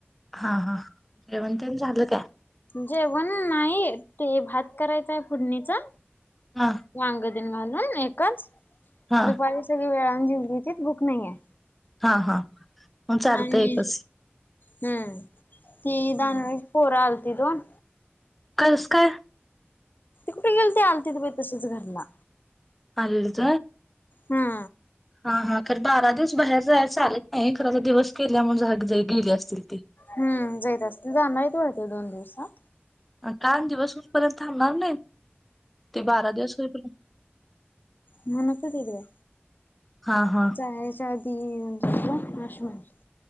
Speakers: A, in the centre; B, on the left.
A: हा हा जेवंण तेन झालं काय?
B: जेवण नाही ते भात करायचाय फोडणीचा.
A: आ.
B: वागं देण घालून एकच,
A: हा
B: दुपारी सगळी वेळाने जेवलीतीत भूक नाहीयय
A: हा हा. मग चालतंय
B: आणि
A: एकच
B: हम्म ती दानोळीची
A: हम्म.
B: पोर आलती दोन
A: कसं काय?
B: कुठे गेलती आलतीत बाई तसंच घरला.
A: आलेलीत?
B: हा.
A: हा हा खर बारा दिवस बाहेर जायाय चालत नाही, खर आता दिवस केल्यामुळ जहाकं गेली असतील ती.
B: हम् जाइत असतील जाणार आहेत दोन दिवसात
A: कान दिवस होईपर्यंत थांबणार नाहीत ते बारा दिवस होईपर्यंत
B: म्हणूस तर गेलीया
A: हा हा.
B: जायाच्या आधी येऊन जा, अशी म्हणते.